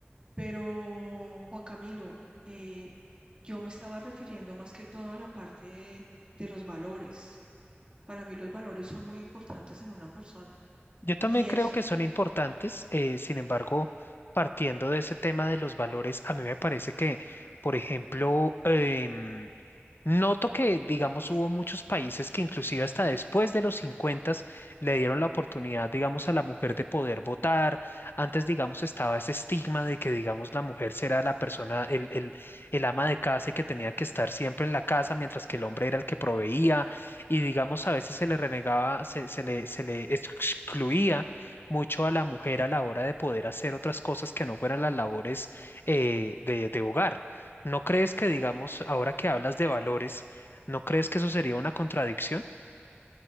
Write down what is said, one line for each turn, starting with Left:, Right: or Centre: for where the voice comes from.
Right: pero, Juan Camilo, eh, yo me estaba refiriendo más que todo a la parte de, de los valores. Para mí los valores son muy importantes en una persona.
Left: Yo también
Right: Y eso,
Left: creo que son importantes, eh, sin embargo, partiendo de ese tema de los valores, a mí me parece que, por ejemplo, em, noto que, digamos, hubo muchos países que inclusive hasta después de los 50 le dieron la oportunidad, digamos, a la mujer de poder votar. Antes, digamos, estaba ese estigma de que, digamos, la mujer será la persona, el, el, el ama de casa y que tenía que estar siempre en la casa, mientras que el hombre era el que proveía y digamos a veces se le renegaba, se, se le, se le excluía mucho a la mujer a la hora de poder hacer otras cosas que no fueran las labores eh, de, de hogar. ¿No crees que, digamos, ahora que hablas de valores, ¿no crees que eso sería una contradicción?